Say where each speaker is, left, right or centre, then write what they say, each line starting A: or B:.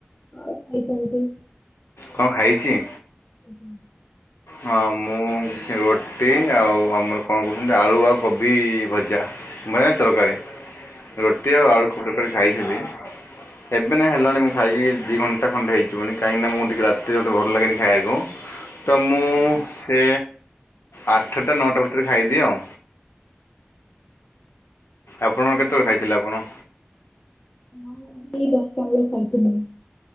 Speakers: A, on the left; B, on the left.
A: କଣ ଖାଇଛନ୍ତି?
B: କଣ ଖାଇଛି?
A: ଆଜ୍ଞା।
B: ହଁ ମୁଁ ରୁଟି ଆଉ ଆମର କଣ କହୁଛନ୍ତି ଆଳୁ ଆଉ କୋବି ଭଜା। ମେନ ତରକାରୀ ରୁଟି ଆଉ ଆଳୁକୁ ତରକାରି ଖାଇଥିଲି। ଏବେ ନା ହେଲାଣି ମୁଁ ଖାଇକି ଦି ଘଣ୍ଟା ଖଣ୍ଡେ ହେଇଯିବନି କାହିଁକି ନା ମୁଁ ଟିକେ ରାତିରେ ମୁତେ ଭଲ ଲାଗେନି ଖାଇବାକୁ। ତ ମୁଁ
A: ହୁଁ ହୁଁ।
B: ସେ ଆଠଟା ନଅଟା ଭିତରେ ଖାଇଦିଏ ଆଉ। ଆପଣ କେତେବେଳେ ଖାଇଥିଲେ ଆପଣ?
A: ମୁଁ ଏଇ ଦଶଟା ବେଳେ ଖାଇଥିଲି।